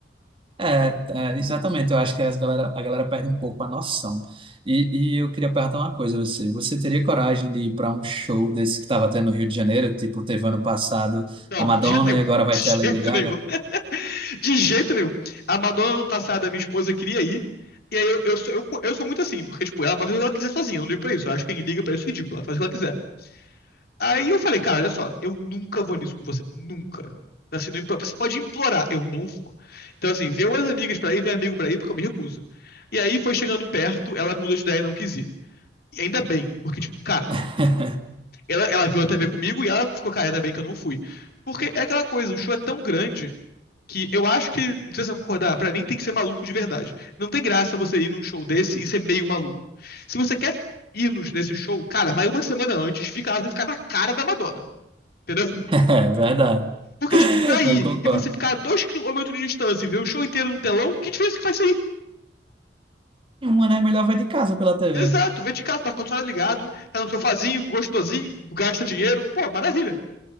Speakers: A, on the right; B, on the left.
A: É, é, exatamente. Eu acho que as galera, a galera perde um pouco a noção. E, e eu queria perguntar uma coisa a você. Você teria coragem de ir para um show desse que estava tendo no Rio de Janeiro? Tipo, teve ano passado
B: Não,
A: a Madonna
B: de jeito nenhum.
A: e agora
B: <laughs>
A: vai ter a Lady
B: De jeito
A: Gaga?
B: nenhum. <laughs> De jeito nenhum. A Madonna, ano passado, a minha esposa queria ir. E aí eu, eu, sou, eu, eu sou muito assim, porque, tipo, ela pode fazer o que ela quiser sozinha, eu não ligo pra isso. Eu acho que quem liga pra isso é ridículo, ela faz o que ela quiser. Aí eu falei, cara, olha só, eu nunca vou nisso com você. Nunca. Assim, não, impo- você pode implorar, eu não vou. Então, assim, vê umas amigas pra ir, vê amigo pra ir, porque eu me recuso. E aí foi chegando perto, ela mudou de ideia e não quis ir. E ainda bem, porque, tipo, cara.
A: <laughs>
B: Ela, ela viu a TV comigo e ela ficou cara, ainda bem que eu não fui. Porque é aquela coisa, o show é tão grande que eu acho que, não sei se eu concordar, pra mim tem que ser maluco de verdade. Não tem graça você ir num show desse e ser meio maluco. Se você quer ir nos- nesse show, cara, vai uma semana antes, fica lá, você ficar na cara da Madonna. Entendeu?
A: É verdade.
B: Porque, tipo, pra ir
A: Eu concordo.
B: e você ficar a dois quilômetros de distância e ver o show inteiro no telão, que diferença que faz isso aí?
A: E Uma, né? Melhor vai de casa pela TV.
B: Exato, vê de casa, tá com o ar-condicionado ligado, tá no sofazinho, gostosinho, gasta dinheiro, pô, maravilha.